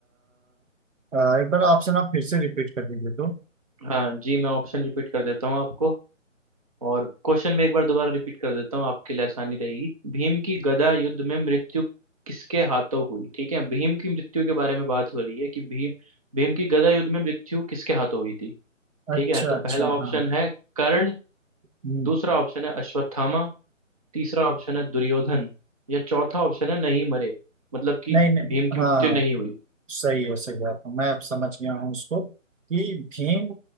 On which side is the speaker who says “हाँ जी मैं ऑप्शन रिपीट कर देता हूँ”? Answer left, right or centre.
Right